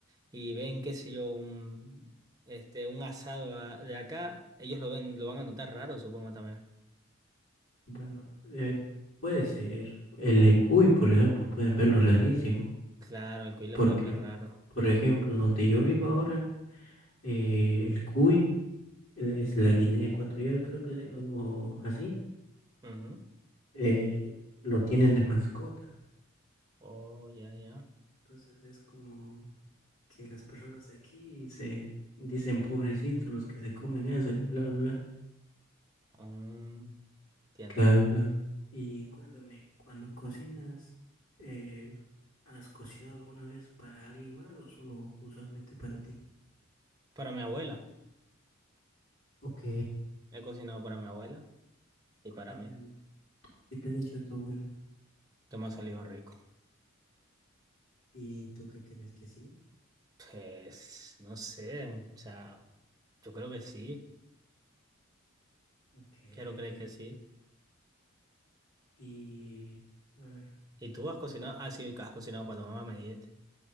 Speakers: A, on the right (about 20°); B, on the left (about 70°).
A: y ven, qué sé yo, un, este, un asado a- de acá, ellos lo ven, lo van a notar raro, supongo también.
B: bueno, eh, puede ser. El cuy, por ejemplo, pueden verlo rarísimo.
A: Claro, al cuy le
B: Porque,
A: pueden ver raro.
B: por ejemplo, donde yo vivo ahora, eh, el cuy, el- es la Guinea Ecuatorial, creo que, se- o, o así,
A: Ujú.
B: eh, lo tienen de mascotas.
A: Oh, ya, ya.
B: Entonces es como que las personas de aquí se dicen pobrecitos los que se comen eso y bla, bla, bla.
A: Mm, entiendo,
B: Claro,
A: entiendo.
B: claro. Y cuéntame, cuando cocinas, eh, ¿has cocinado alguna vez para alguien más o solo usualmente para ti?
A: Para mi abuela.
B: Ok.
A: He cocinado para mi abuela y para
B: ¿Qué
A: mí,
B: tal? ¿Qué te ha dicho tu abuela?
A: que me ha salido rico.
B: ¿Y tú qué crees que sí?
A: Pues, no sé, o sea, yo creo que sí,
B: Ok,
A: quiero
B: ok.
A: creer que sí.
B: Y, a ver,
A: ¿Y tú has cocinado?
B: ¿cuál?
A: Ah, sí, que has cocinado para tu mamá, me dijiste.